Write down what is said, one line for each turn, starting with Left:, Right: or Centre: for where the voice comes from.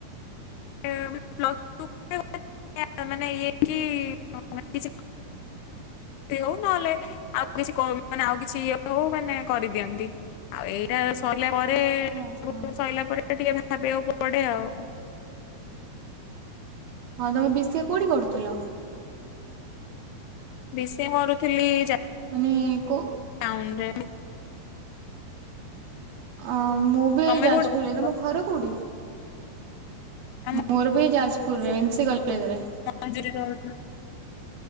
Left: ୍ <unintelligible> <unintelligible> ମାନେ ଇଏକି <unintelligible> ହଉ ନହେଲେ। ଆଉ କିଛି କ ମାନେ ଆଉ କିଛି ଇଏ ହଉ ମାନେ କରିଦିଅନ୍ତି ଆଉ ଏଇ। ଏ ସରିଲା ପରେ
Right: ହଁ
Left: ସବୁ
Right: ହଁ।
Left: ସରିଲା ପରେ ଟିକେ ଭାବିବାକୁ ପଡେ ଆଉ।
Right: ହଁ ତମେ ବିଷିଏ କୋଉଠି କରୁଥୁଲ?
Left: ବିଷିଏ ମରୁଥିଲି ଯା।
Right: ମାନେ କୋ
Left: ଟାଉନ ରେ <unintelligible>
Right: ଅ ମୁଁ ବି
Left: ତମେ
Right: ଯାଜପୁରରେ
Left: କୋଉଠି କରୁଥିଲ?
Right: ତମ ଘର କୋଉଠି?
Left: ଆମ
Right: ମୋରବି ଯାଜପୁରରେ ଏନ୍ସି କଲଜ ରେ।
Left: <unintelligible>